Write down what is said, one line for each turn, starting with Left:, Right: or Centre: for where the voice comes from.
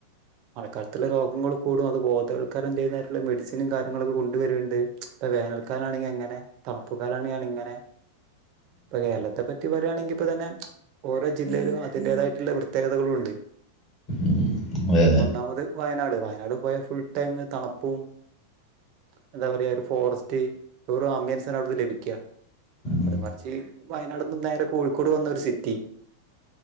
Right: മഴക്കാലത്തുള്ള രോഗങ്ങൾ കൂടും. അത് ബോധവൽക്കരണം ചെയ്യുന്നതായിട്ടുള്ള മെഡിസിനും കാര്യങ്ങളൊക്കെ കൊണ്ടുവരിൻ ട്. ഇപ്പൊ വേനൽക്കാലാണെങ്കിൽ എങ്ങനെ തണുപ്പു കാലാണെങ്കിലിങ്ങനെ. ഇപ്പൊ കേരളത്തെ പറ്റി പറയയാണെങ്കിൽ ഇപ്പ തന്നെ ഓരോ ജില്ലയിലും അതിന്റേതായിട്ടുള്ള പ്രത്യേകതകളും ഉണ്ട്.
Left: <inaudible> അതെ
Right: ഇപ്പൊന്നാമത്
Left: അതെ
Right: വയനാട് വയനാട് പോയ ഫുൾ ടൈം തണുപ്പും. എന്താ പറയാ ഒരു ഫോറസ്റ്റ്. ഒരു ആംബിയൻസാണ്‌ അവിടുന്ന്ലഭിക്യ.
Left: ഉം.
Right: അത് മറിച്ച് വയനാട്ന്ന് നേരെ കോഴിക്കോട് വന്ന ഒരു സിറ്റി.